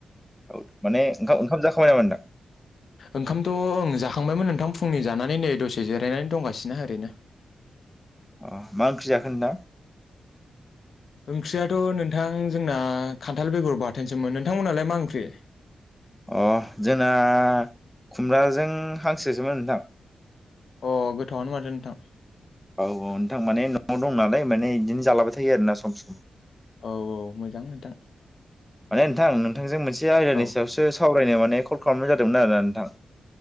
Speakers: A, in the centre; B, on the left.
A: औ माने ओंखाम ओंखाम जाखाबाय नामा नोंथां
B: ओंखामथ' ओं जाखांबायमोन नोंथां फुंनि जानानै नै दसे जिरायनानै दंगासिनो ओरैनो
A: अ मा ओंख्रि जाखो नोंथां?
B: ओंख्रियाथ' नोंथां जोंना खानथाल बेगर बाथोनसोमोन नोंथांमोनालाय मा ओंख्रि?
A: <inaudible> अ जोंना खुमब्राजों हांसोसोमोन नोंथां
B: अ गोथावआनो माथो नोंथां
A: औ औ नोंथां माने न'आव दं नालाय माने बिदिनो जालाबाय थायो आरोोना सम सम
B: औ औ मोजां नोंथां
A: माने नोंथां नोंथांजों मोनसे आयदानि
B: औ
A: सायावसो साव फरायनाय माने कल खालामनाय जादोंमोन आरोना नोंथां